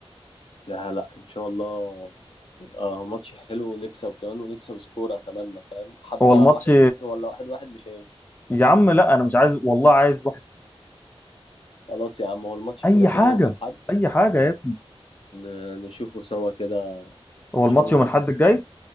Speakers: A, on the left (about 65°); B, on the left (about 20°).
A: لا لا ان شاء الله يبقى ماتش حلو ونكسب كمان ونكسب سكور اتمنى فاهم حتى
B: هو الماتش
A: واحد صفر ولا واحد واحد مش هينفع
B: يا عم لا انا مش عايز والله عايز 1-0
A: خلاص يا عم هو الماتش
B: اي
A: كده
B: حاجه
A: كده يوم الاحد
B: اي حاجه يا ابني
A: ن- نشوفه سوا كده
B: هو
A: ان
B: الماتش
A: شاء الله
B: يوم الاحد
A: نكسب
B: الجاي